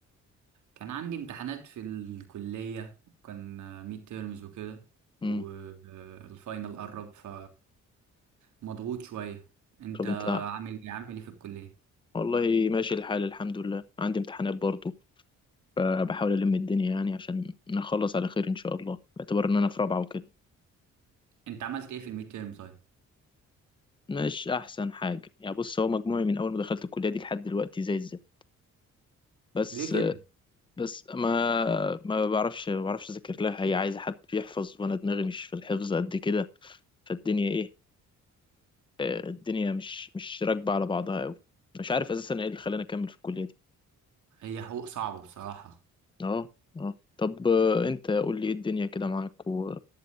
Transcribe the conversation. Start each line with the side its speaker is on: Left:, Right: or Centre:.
Right: كان عندي امتحانات في الكلية وكان ميد تيرمز وكده
Left: امم
Right: والفاينل قرب ف مضغوط شوية انت
Left: طب انت
Right: عامل ايه عامل ايه في الكلية
Left: والله ماشي الحال الحمد لله عندي امتحانات برضو آه، بحاول الم الدنيا يعني عشان نخلص على خير ان شاء الله باعتبار ان انا في رابعه وكده
Right: انت عملت ايه في الميد تيرم طيب
Left: مش احسن حاجه يعني بص هو مجموعي من اول ما دخلت الكليه دي لحد دلوقتي زي الزفت بس
Right: ليه كده
Left: بس ما ما بعرفش ما بعرفش اذاكر لها هي عايزه حد بيحفظ وانا دماغي مش في الحفظ قد كده فالدنيا ايه آه، الدنيا مش مش راكبة على بعضها قوي مش عارف اساسا ايه اللي خلاني اكمل في الكلية دي
Right: هي حقوق صعبة بصراحة
Left: اه اه طب آه، انت قول لي ايه الدنيا كده معاك و...